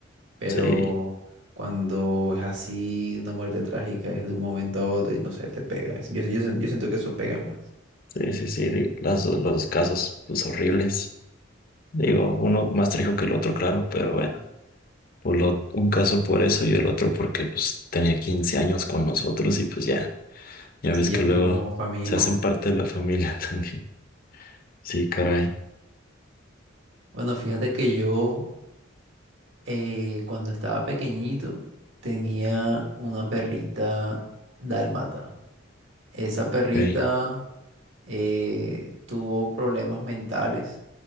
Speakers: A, on the right; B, on the left.
A: pero
B: Sí.
A: cuando es así, una muerte trágica es de un momento a otro y no sé, te pega. Yo, yo, yo siento que eso pega más.
B: Sí, sí, sí, digo, las dos, los dos casos, pues horribles. Digo, uno más trágico que el otro, claro, pero bueno, por lo, un caso por eso y el otro porque pues tenía 15 años con nosotros y pues ya, ya
A: Sí,
B: ves que
A: es
B: luego
A: como familia.
B: se hacen parte de la familia <laughs> también. Sí, caray,
A: Bueno, fíjate que yo eh, cuando estaba pequeñito tenía una perrita dálmata. Esa perrita...
B: ok,
A: eh, tuvo problemas mentales